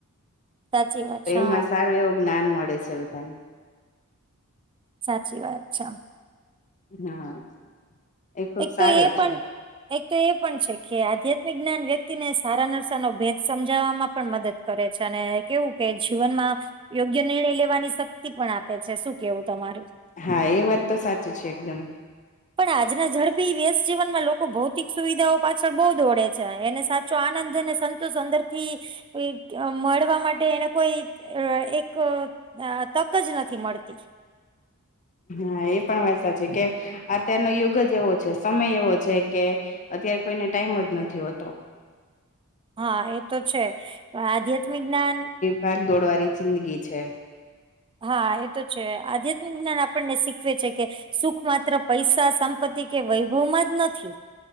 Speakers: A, on the right; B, on the left.
A: સાચી વાત
B: તો
A: છે
B: એમાં
A: હા
B: સારું એવું જ્ઞાન મળે છે બધાને
A: સાચી વાત છે.
B: હા એ ખુબ
A: એક
B: સારું
A: તો એ
B: જ
A: પણ
B: છે
A: એક તો એ પણ છે કે આધ્યાત્મિક જ્ઞાન વ્યક્તિને સારા નરશ ન ભેદ સમજાવવામાં પણ મદદ કરે છે અને કેવું કે જીવનમાં યોગ્ય નિર્ણય લેવાની શક્તિ પણ આપે છે શું કેવું તમારું
B: હા એ વાત તો સાચી છે એકદમ
A: પણ આજના ઝડપી વ્યસ જીવનમાં લોકો ભૌતિક સુવિધાઓ પાછળ બહુ દોડે છે એને સાથે આનંદ અને સંતોષ અંદર થી મળવા માટે એને કોઈ એક હ તક જ નથી મળતી
B: હા એ પણ વાત છે કે અત્યારનો યુગ જ એવો છે સમય એવો છે કે અત્યારે કોઈને ટાઈમ જ નથી હોતો
A: હા એ તો છે આધ્યાત્મિક જ્ઞાન
B: પહેલ દોડવાની જિંદગી છે
A: હા એ તો છે આધ્યાત્મિક જ્ઞાન આપણને શીખવે છે કે સુખ માત્ર પૈસા સંપત્તિ કે વૈભવ માં જ નથી